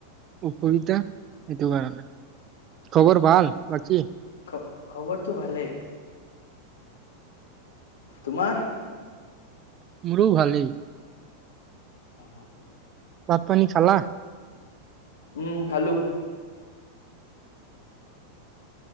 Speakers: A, on the right; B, on the left.
A: উপৰতা সেইটো কাৰণে খবৰ
B: অ
A: ভাল বাকী?
B: খ খবৰটো ভালেই তোমাৰ
A: মোৰভালি
B: অ
A: ভাত পানী খালা
B: উম খালো